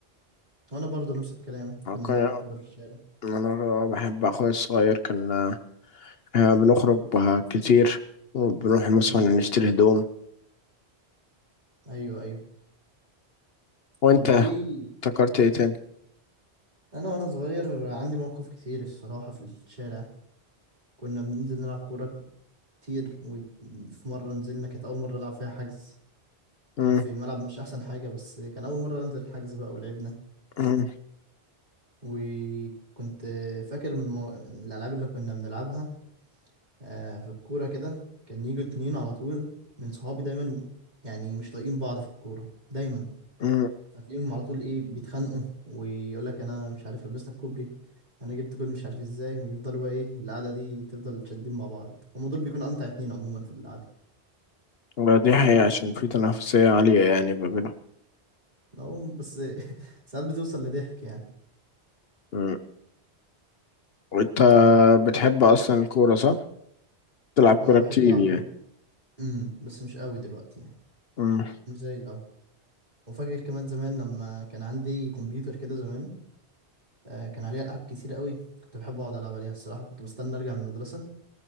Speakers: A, on the right (about 40°); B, on the left (about 65°).
A: <laughs> وأنا برضه نفس الكلام كنا
B: كان
A: بنلعب كورة في الشارع
B: أنا بحب أخويا الصغير كان آه، بنخرج بها كتير وبنروح مثلا
A: أمم،
B: نشتري هدوم
A: أيوه أيوه
B: وأنت
A: طب إيه
B: افتكرت إيه تاني؟
A: أنا وأنا صغير عندي مواقف كتير الصراحة في الشارع كنا بننزل نلعب كورة كتير وفي مرة نزلنا كانت أول مرة ألعب فيها حجز
B: مم.
A: كان في ملعب مش احسن حاجه بس كان اول مره انزل الحجز بقى ولعبنا
B: مم.
A: وكنت فاكر من المو... الالعاب اللي كنا بنلعبها آه، في الكوره كده كان يجوا اتنين على طول من صحابي دايما يعني مش طايقين بعض في الكوره دايما
B: مم.
A: فتلاقيهم على طول ايه بيتخانقوا ويقول لك انا مش عارف لبستك كوبري انا جبت جول مش عارف ازاي ويفضلوا بقى ايه القعده دي تفضل شادين مع بعض هما دول بيكونوا امتع اتنين عموما في القعده
B: لا، دي حقيقة عشان في تنافسية عالية يعني ما بينهم
A: أهو بس <laughs> ساعات بتوصل لضحك يعني
B: مم. وأنت
A: أهو.
B: بتحب أصلا الكورة صح؟ تلعب كورة
A: اه بحب
B: كتير
A: العب
B: يعني
A: كوره امم بس مش قوي دلوقتي يعني
B: مم.
A: مش زي الاول وفاكر كمان زمان لما كان عندي كمبيوتر كده زمان آه كان عليه العاب كتير قوي كنت بحب اقعد العب عليها الصراحه كنت بستنى ارجع من المدرسه